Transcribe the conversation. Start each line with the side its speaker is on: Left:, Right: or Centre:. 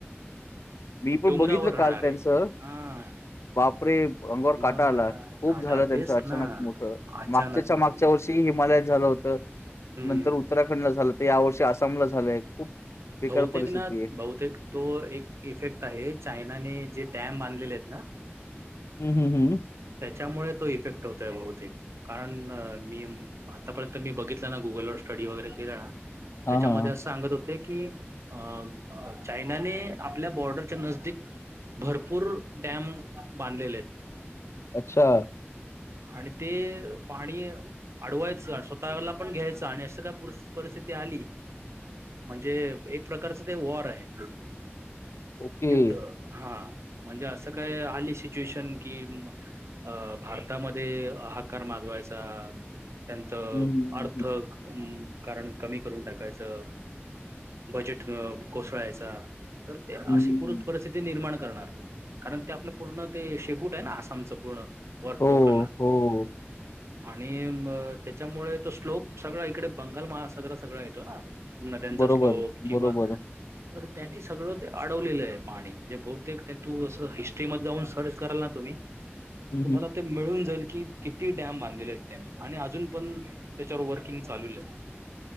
Left: मी पण
Right: डोंगरावर
Left: बघितलं
Right: राहणारे
Left: काल त्यांचं.
Right: हा
Left: बापरे, अंगावर
Right: मग
Left: काटा आला, खूप
Right: काटा
Left: झालं त्यांचं
Right: तेच
Left: अचानक
Right: ना
Left: मोठ.
Right: अचानक
Left: मागच्या त्याच्या
Right: मग
Left: मागच्या वर्षी, हिमालयात झाल होतं.
Right: हम्म
Left: नंतर उतरा खंडला झालं होतं. या वर्षी आसामला झालंय. खूप बेकार
Right: बहुतेक
Left: परिस्थिती
Right: ना,
Left: आहे.
Right: बहु तेक तो एक इफेक्ट आहे. चायना ने जे डॅम बांधलेलेयत ना.
Left: हम्, हम, हम्म.
Right: त्याच्यामुळे तो इफेक्ट होतोय बहुतेक. कारण, मी आतापर्यंत मी बघितलं ना, गुगलवर स्टडी वगैरे केलं ना. त्याच्यामध्ये
Left: हां, हां.
Right: असं सांगत होते कि, अ चायनाने आपल्या बॉर्डरच्या नजदीक भरपूर, डॅम बांधलेलेयत.
Left: अच्छा.
Right: आणि ते, पाणी अडवायचं अन् स्वतःला पण घ्यायचं. आणि अशी काय पुरस्थी- परिस्थिती आली म्हणजे, एक प्रकारचं ते वॉर आहे.
Left: ओके.
Right: युद्ध. हा. म्हणजे असं काय, आली सिच्युएशन कि अ भारत तामध्ये हाकार माजवायचा. त्यांचं
Left: हं, हं,
Right: अर्थ
Left: हं, हं.
Right: कारण कमी करून टाकायचं. बजेट कोसळायचा. तर ते अशी
Left: हं, हं.
Right: पुर परिस्थिती निर्माण करणार. कारण ते आपलं पूर्ण ते शेपूटय ना, आसामचं पूर्ण. वर
Left: हो,
Right: टोकाला.
Left: हो.
Right: आणि ब त्याच्यामुळे तो स्लोप, सगळा इकडे बंगाल महासागरा सगळा येतो ना. नद्यांचा
Left: बरोबर,
Right: स्लोप किंवा
Left: बरोबर.
Right: तर त्यांनी सगळं ते अडवलेलंय पाणी. म्हणजे बहुतेक त्यांन तू असं, हिस्ट्रीमधे जाऊन सर्च कराल ना तुम्ही
Left: हं,
Right: तुम्हाला
Left: हं.
Right: ते मिळून जाईल कि, किती डॅम बांधलेलेयत त्यांनी. आणि अजून पण त्याच्यावर वर्किंग चालविलय.